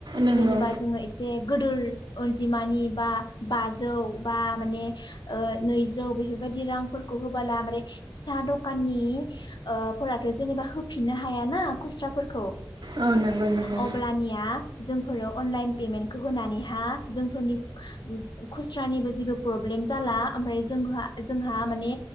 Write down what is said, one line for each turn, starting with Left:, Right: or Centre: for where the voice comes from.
Right: नंगौ
Left: जेनेबा जोङो एसे गोदोर अनजिमानि बा बाजौ बा माने ओ नैजौ बेफोरबायदि रां फोरखौ हबोाला मे फिसा दखाननि ओ फोराथ' जेनेबा होफिननो हायाना खुस्राफोरखौ।
Right: औ नंगौ नंगौ
Left: अब्लानिया जोंफोरो अनलाइन पेमेन्टखौ होनानैहा जोंफोरनि खुस्रानिबो जेबो प्रब्लेम जाला ओमफ्राय जोंहा जोंहा। माने